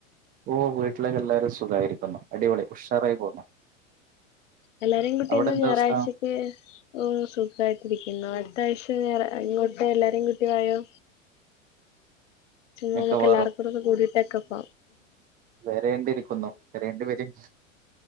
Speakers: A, on the right; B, on the left.
A: ഓ വീട്ടിലേക്കെ എല്ലാരും സുഖമായിരിക്കുന്നു അടിപൊളി ഉഷാറായി പോകുന്നു
B: എല്ലാരെയും കുട്ടിയന്നാ
A: അവിടെ എന്താ
B: ഞായറാഴ്ച
A: അവസ്ഥ
B: ഓഹ് സുഖായിട്ടരിക്കുന്നു അടുത്ത ആഴ്ച്ച ഞാറ ഇങ്ങോട്ട് എല്ലാരേയും കൂട്ടി വായോ ചുമ്മാ
A: മിക്കവാറും
B: നമ്മുക്ക് എല്ലാർക്കും ഒന്ന് കൂടീട്ടൊക്കെ പോകാം
A: വരേണ്ടിരിക്കുന്നു വരേണ്ടി വരും